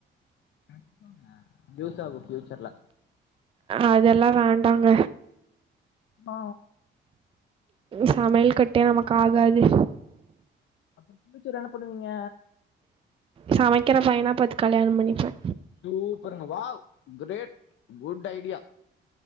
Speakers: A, on the left; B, on the right.
A: கத்துக்கோங்க யூஸ் ஆகோ ஃபியூச்சர்ல
B: அதெல்லா வேண்டாங்க
A: அ
B: சமையல் கட்டே நமக்கு ஆகாது
A: அப்புறோ ஃப்யூச்சர்ல என்ன பண்ணுவீங்க
B: சமைக்கிற பையனா பாத்து கல்யாணம் பண்ணிப்ப
A: சூப்பருங்க வாவ் கிரேட் குட் ஐடியா